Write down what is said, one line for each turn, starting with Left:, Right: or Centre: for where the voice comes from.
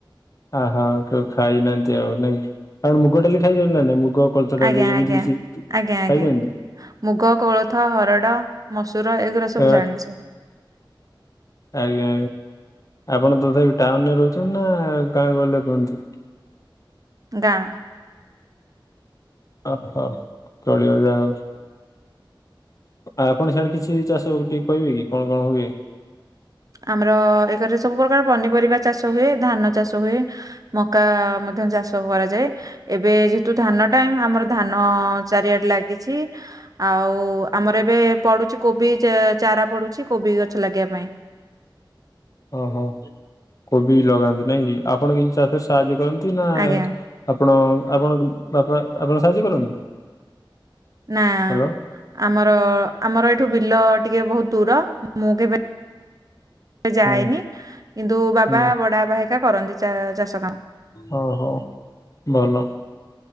Left: ଆହୋ ଉ ଖାଇନାହାନ୍ତି ଆଉ ନାଇଁ କଣ ମୁଗ ଟଡାଲି ଖାଇଦଉ ନା ନାଇଁ ମୁଗ କୋଳଥ ଡାଲି
Right: ଆଜ୍ଞା
Left: ଏମିତି
Right: ଆଜ୍ଞା
Left: କିଛି ଖାଇଚନ୍ତି?
Right: ଆଜ୍ଞା ଆଜ୍ଞା ମୁଗ କୋଳଥ ହରଡ଼ ମସୁର ଏଗୁରା ସବୁ
Left: ଏଗୁଡା
Right: ଜାଣିଛି।
Left: ଆଜ୍ଞା ଆପଣ ତଥାପି ଟାଉନ୍ ରେ ରହୁଚନ୍ତି ନା ଗାଁ ଗହଳିରେ ରୁହଚନ୍ତି?
Right: ଗାଁ
Left: ଓହୋ ଚଳିବ ଯାହା ହୋଉ। ଆଉ ଆପଣ ସଆଡେ କିଛି ଚାଷ ଟିକେ କହିବେ କି କଣ କଣ ହୁଏ?
Right: ଆମର ଏ ଘରେ ସବୁ ପ୍ରକାର ପନିପରିବା ଚାଷ ହୁଏ ଧାନ ଚାଷ ହୁଏ। ମକା ମଧ୍ୟ ଚାଷ କରାଯାଏ। ଏବେ ଯେହେତୁ ଧାନ ଟାଇମ ଆମର ଧାନ ଚାରିଆଡେ ଲାଗିଛି। ଆଉ ଆମର ଏବେ ପଡୁଚି କୋବି ଚା ଚାରା ପଡୁଛି କୋବି ଗଛ ଲାଗିବା ପାଇଁ।
Left: ଓହୋ କୋବି ଲଗାନ୍ତି ନାଇଁ କି ଆପଣ କିଛି ଚାଷରେ ସାହାଯ୍ୟ କରନ୍ତି ନା
Right: ଆଜ୍ଞା
Left: ଆପଣ ଆପଣଙ୍କ ବାପା ଆପଣ ସାହାଯ୍ୟ କରନ୍ତି?
Right: ନା
Left: ହ୍ୟାଲୋ
Right: ଆମର ଆମର ଏଇଠୁ ବିଲ ଟିକେ ବହୁତ୍ ଦୂର ମୁଁ କେବେ ଯାଏନି
Left: ହୁଁ
Right: କିନ୍ତୁ ବାବା
Left: ହୁଁ
Right: ବଡ ବାବା ହିିରିକା କରନ୍ତି ଚାଷ କାମ।
Left: ଓ ହୋ ଭଲ।